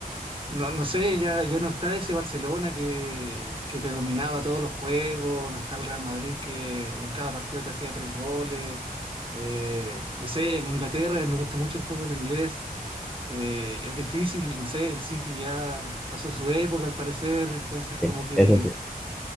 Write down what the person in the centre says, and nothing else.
sí,
eso sí.